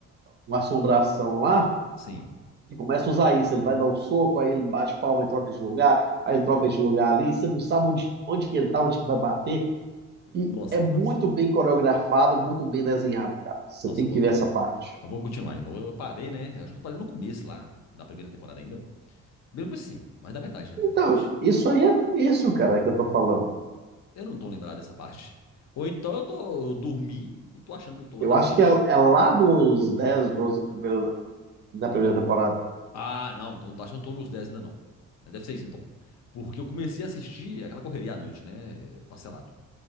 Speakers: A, on the right (about 35°); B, on the left (about 60°).
A: uma assombração lá,
B: Sim.
A: e começa a usar isso, ele vai dar um soco, aí ele bate palma e troca de lugar, aí ele troca de lugar ali, você não sabe onde, onde que ele tá, onde que vai bater, e
B: Nossa,
A: é muito
B: que massa.
A: bem coreografado, muito bem desenhado, cara. Você
B: Nossa,
A: tem
B: eu
A: que
B: vou,
A: ver
B: eu
A: essa
B: vou,
A: parte.
B: eu vou continuar de novo. Eu parei, né? Eu Acho que eu parei no começo lá, da primeira temporada ainda. Bem no começo, sim, mas da metade, na realidade.
A: Então, isso aí é no início, cara, que eu tô falando.
B: Eu não tô lembrado dessa parte. Ou então eu tô, eu dormi e tô achando que eu tô lá
A: Eu
B: na
A: acho
B: frente.
A: que é, é lá nos 10, 12 primeiros, da primeira temporada.
B: Ah, não, então acho que eu não tô nos 10 ainda não. Mas Deve ser isso então. Porque eu comecei a assistir aquela correria à noite, né? Parcelado.